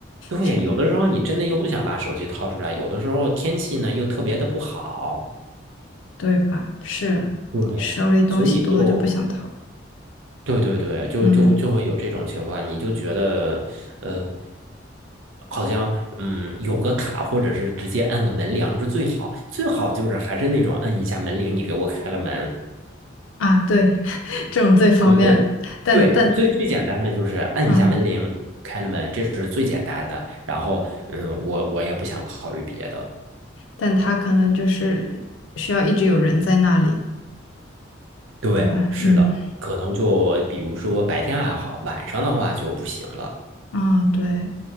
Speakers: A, on the right (about 85°); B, on the left (about 85°).
A: 对，
B: 挺
A: 有的时候你真的又不想把手机掏出来，有的时候天气呢又特别的不好。
B: 对吧？是手里东西多就不想投，
A: 对，所以就对对对，就就就会有这种情况，
B: 嗯
A: 你就觉得呃，好像嗯有个卡，或者是直接按个门铃是最好，最好就是还是那种按一下门铃，你给我开了门。
B: 啊，对，<laughs> 这种最方便，
A: 我觉得
B: 但但
A: 对，最最简单的就是按一下门铃，
B: 嗯，
A: 开了门，这是最简单的。然后嗯，我我也不想考虑别的。
B: 但他可能就是需要一直有人在那里，
A: 对，
B: 对吧？
A: 是的，
B: 嗯
A: 可能就比如说白天还好，晚上的话就不行了。
B: 嗯，对，